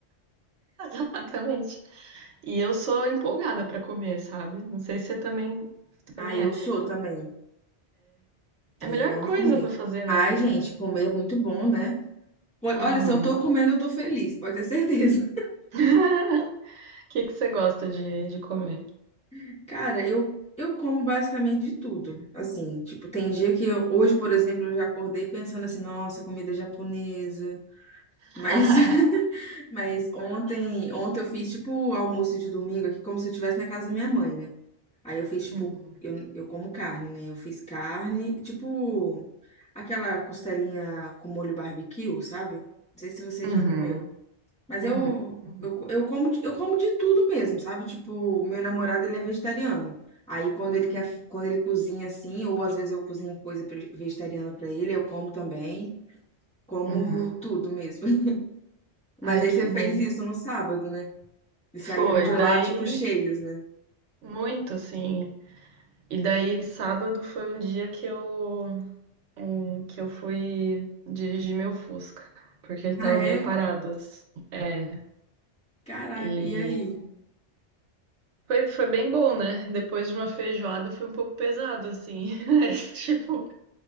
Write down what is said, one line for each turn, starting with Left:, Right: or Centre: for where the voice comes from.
Right: <laughs> exatamente. E eu sou empolgada pra comer, sabe? Não sei se você também, também
Centre: Ah, eu
Right: é.
Centre: sou também.
Right: É
Centre: É,
Right: a melhor
Centre: eu amo
Right: coisa
Centre: comer.
Right: pra fazer
Centre: Ai,
Right: na vida.
Centre: gente, comer é muito bom, né? Po- Olha,
Right: Uhum.
Centre: se eu tô comendo, eu tô feliz, pode ter certeza.
Right: <laughs> O que que você gosta de, de comer?
Centre: <laughs> Cara, eu, eu como basicamente de tudo. Assim, tipo, tem dia que eu, hoje, por exemplo, eu já acordei pensando assim, nossa, comida japonesa.
Right: <laughs>
Centre: Mas, <laughs> mas ontem, ontem eu fiz, tipo, almoço de domingo aqui, como se eu estivesse na casa da minha mãe, né? Aí eu fiz, tipo,
Right: Uhum.
Centre: eu, eu como carne, né? Eu fiz carne, tipo, aquela costelinha com molho barbecue, sabe? Não sei se você
Right: Uhum.
Centre: já comeu. Mas
Right: Uhum.
Centre: eu, eu,
Right: Uhum.
Centre: eu, como, de- eu como de tudo mesmo, sabe? Tipo, meu namorado, ele é vegetariano. Aí, quando ele quer,
Right: Uhum.
Centre: quando ele cozinha assim, ou às vezes eu cozinho coisa pre- vegetariana pra ele, eu como também. Como
Right: Uhum.
Centre: tudo mesmo. <laughs> Mas
Right: Ai,
Centre: aí
Right: que
Centre: você
Right: bom.
Centre: fez isso no sábado, né? E saíram
Right: Foi.
Centre: de
Right: Daí,
Centre: lá, tipo, cheios, né?
Right: muito assim. E daí, sábado foi um dia que eu hum, que eu fui dirigir meu Fusca, porque ele tava
Centre: Ah, é?
Right: meio parado, assim. É,
Centre: Caraca,
Right: e
Centre: e aí?
Right: foi, foi bem bom, né? Depois de uma feijoada foi um pouco pesado, assim. <laughs> Mas, tipo,